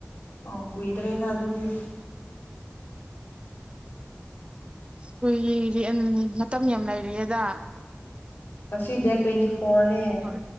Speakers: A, on the left (about 65°); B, on the right (about 25°).
A: ꯑꯣ ꯀꯨꯏꯗ꯭ꯔꯅ ꯑ ꯑꯗꯨꯗꯤ
B: ꯀꯨꯏ ꯃꯇꯝ ꯌꯥꯝ ꯂꯩꯔꯤꯑꯦꯗ
A: ꯑꯁꯤꯁꯤ ꯗꯦ ꯇ꯭ꯋꯦꯟꯇꯤ ꯐꯣꯔꯅꯦ ꯍꯥꯏ
B: ꯍꯣꯏ